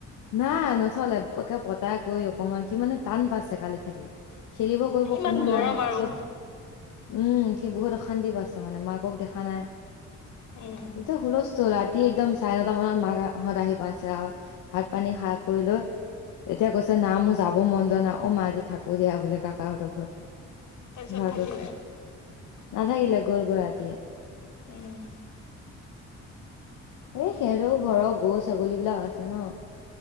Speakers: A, on the left; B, on the left.
A: না নথলে একে পতা কৰি অকমান সি মানে টান পাইছে কালি থাকি। খেলিব কৰিব
B: ইমান
A: কোনো
B: গৰম
A: নাই
B: আৰু
A: চব উম সি বহুত অশান্তি পাইছে মানে মাকক দেখা নাই,
B: উম
A: একদম হুলস্থূল ৰাতি একদম চাৰে নটা মানত মাহঁত আহি পাইছে আৰু ভাত পানী খা কৰি লৈ এতিয়া কৈছে না মোৰ যাব মন যোৱা নাই অ মা আজি থাকো দিয়া বোলে কাকাহঁতৰ ঘত
B: তাৰপিছত
A: ভছ
B: থাকিলে
A: নাথাকিল গ'ল গৈ ৰাতি
B: উম
A: এ সিহঁতৰ ঘৰৰ গৰু ছাগলী বিলাক আছে ন